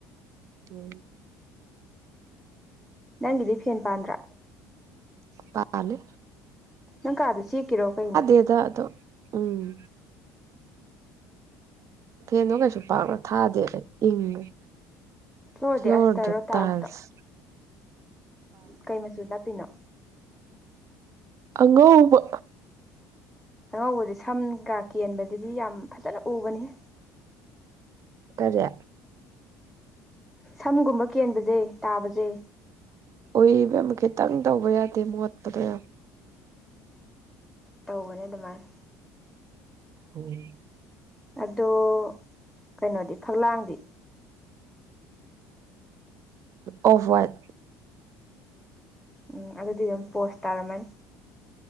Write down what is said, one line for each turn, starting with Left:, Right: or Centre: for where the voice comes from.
Right: ꯎꯝ
Centre: ꯅꯪꯒꯤꯗꯤ ꯐꯦꯟ ꯄꯥꯟꯗ꯭ꯔꯥ
Right: ꯄꯥꯥꯜꯂꯤ
Centre: ꯅꯪ ꯀꯥꯗꯣ ꯆꯦꯛꯀꯤꯔꯣ ꯀꯩꯅꯣ
Right: ꯅꯠꯇꯦꯗ ꯑꯗꯣ ꯎꯝ ꯐꯦꯟꯗꯣ ꯀꯩꯁꯨ ꯄꯥꯛꯅ ꯊꯥꯗꯦ ꯑꯩ ꯏꯪꯉꯦ
Centre: ꯐ꯭ꯂꯣꯔꯗꯤ
Right: ꯐ꯭ꯂꯣꯔꯗ
Centre: ꯑꯁꯇꯔꯣ ꯇꯥꯏꯜꯁꯇꯣ
Right: ꯇꯥꯢꯜꯁ
Centre: ꯀꯩ ꯃꯆꯨ ꯅꯞꯄꯤꯅꯣ
Right: ꯑꯉꯧꯕ
Centre: ꯑꯉꯧꯕꯖꯦ ꯁꯝꯒ ꯀꯦꯟꯕꯗꯗꯤ ꯌꯥꯝ ꯐꯖꯅ ꯎꯕꯅꯤꯍꯦ
Right: ꯀꯔꯤ
Centre: ꯁꯝꯒꯨꯝꯕ ꯀꯦꯟꯕꯖꯦ ꯇꯥꯕꯖꯦ
Right: ꯎꯨꯢ ꯢꯕꯦꯝꯃꯥ ꯈꯤꯇꯪ ꯇꯧꯕ ꯌꯥꯗꯦ ꯃꯣꯠꯄꯗꯣ ꯌꯥꯝ
Centre: ꯇꯧꯕꯅꯦ ꯑꯗꯨꯃꯥꯏꯅ
Right: ꯎꯝ
Centre: ꯑꯗꯣ ꯀꯩꯅꯣꯗꯤ ꯐꯛꯂꯥꯡꯗꯤ
Right: ꯑꯣꯐ ꯋꯥꯠ
Centre: ꯎꯝ ꯑꯗꯨꯗꯤ ꯑꯗꯨꯝ ꯄꯣꯁ ꯇꯥꯔꯝꯃꯅꯤ